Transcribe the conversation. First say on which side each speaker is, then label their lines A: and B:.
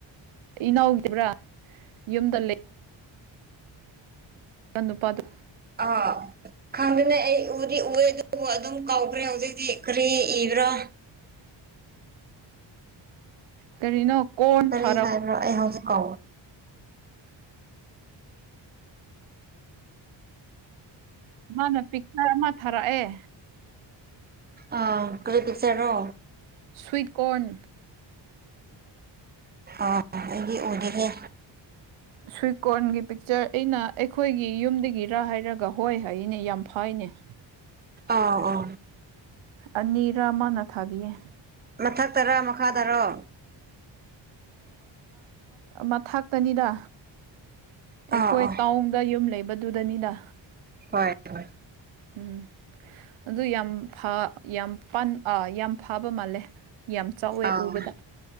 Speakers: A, on the right (about 80°); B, on the right (about 20°).
A: ꯏꯅꯥꯎꯈꯤꯕ꯭ꯔꯥ ꯌꯨꯝꯗ ꯂꯩ ꯇꯣꯄꯥꯗꯨ
B: ꯑꯥ ꯈꯪꯗꯅꯦ ꯑꯩ ꯎꯗꯤ ꯎꯦ ꯑꯗꯨꯕꯨ ꯑꯗꯨꯝ ꯀꯧꯈ꯭ꯔꯦ ꯍꯧꯖꯤꯛ ꯀꯔꯤ ꯏꯕ꯭ꯔꯣ
A: ꯀꯔꯤꯅꯣ ꯀꯣꯟ
B: ꯀꯔꯤ
A: ꯊꯥꯔꯛ
B: ꯍꯥꯏ ꯑꯩꯍꯁꯨ ꯀ
A: ꯃꯥꯅ ꯄꯤꯛꯆꯔ ꯑꯃ ꯊꯥꯔꯛꯑꯦ
B: ꯑ ꯀꯔꯤ ꯀꯁꯔꯣ
A: ꯁꯨ꯭ꯏꯠꯀ꯭‌ꯣꯔꯟ
B: ꯑꯥ ꯑꯩꯗꯤ ꯎꯗꯒꯦ
A: ꯁ꯭ꯋꯤ ꯀ ꯀꯣꯔꯟꯒꯤ ꯄꯤꯛꯆꯔ ꯑꯩꯅ ꯑꯩꯈꯣꯏꯒꯤ ꯌꯨꯝꯗꯒꯤꯔꯥ ꯍꯥꯏꯔꯒ ꯍꯣꯏ ꯍꯥꯏꯅꯦ ꯌꯥꯝ ꯐꯩꯅꯦ
B: ꯑ ꯑ
A: ꯑꯅꯤꯔꯥꯃꯅ ꯊꯥꯕꯤꯌꯦ
B: ꯃꯊꯛꯇꯔ ꯃꯈꯥꯗꯔꯣ
A: ꯃꯊꯥꯛꯇꯅꯤꯗ ꯑꯩꯈꯣꯏ
B: ꯑꯥ ꯑꯥ
A: ꯇꯥꯎꯟꯗ ꯌꯨꯝ ꯂꯩꯕꯗꯨꯗꯅꯤꯅ
B: ꯍꯣꯏ ꯍ
A: ꯎꯝ ꯑꯗꯨ ꯌꯥꯝ ꯌꯥꯝ ꯑ ꯌꯥꯝ ꯐꯕ ꯃꯥꯜꯂꯦ ꯌꯥꯝ ꯆꯥꯎꯋꯦ
B: ꯑꯥꯎ
A: ꯎꯕꯗ